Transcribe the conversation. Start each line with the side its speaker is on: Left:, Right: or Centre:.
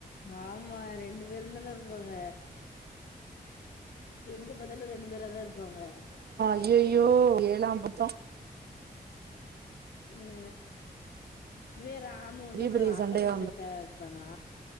Left: ஆமா ரெண்டு பேருதானே இருப்பாங்க எங்க பதில ரெண்டு பேராதா இருப்பாங்க
Right: ஐயயோ ஏழாம் பொர்த்தோ
Left: ஆ வேற ராமு வந்து
Right: பெரிய
Left: அப்புற
Right: பெரிய
Left: அத்த
Right: சண்டையா
Left: கூட செட்டா இருப்பானா